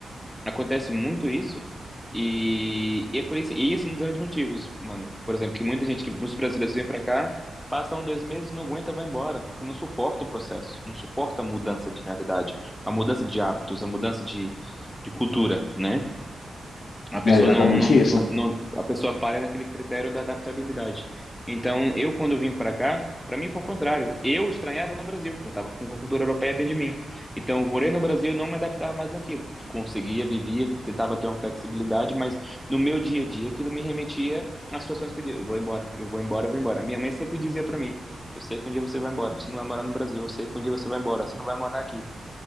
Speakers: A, in the centre; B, on the left (about 70°).
A: acontece muito isso. E, e é por isso, e isso é um dos grandes motivos, mano. Por exemplo, que muita gente, que muitos brasileiros vêm para cá, passam um, dois meses, não aguenta, vai embora, porque não suporta o processo, não suporta a mudança de realidade, a mudança de hábitos, a mudança de, de cultura, né? A pessoa
B: É exatamente
A: não, não, não,
B: isso.
A: não- a pessoa falha naquele critério da adaptabilidade. Então, eu quando vim para cá, para mim foi o contrário. Eu estranhava no Brasil, porque eu estava com cultura europeia dentro de mim. Então, eu morei no Brasil, não me adaptava mais àquilo. Conseguia, vivia, tentava ter uma flexibilidade, mas no meu dia a dia aquilo me remetia às situações que eu dizia, eu vou embora, eu vou embora, eu vou embora. A minha mãe sempre dizia para mim, eu sei que um dia você vai embora, você não vai morar no Brasil, eu sei que um dia você vai embora, você não vai morar aqui.